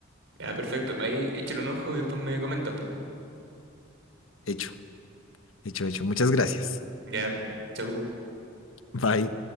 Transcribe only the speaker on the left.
Hecho, hecho, hecho. Muchas gracias.
Bye.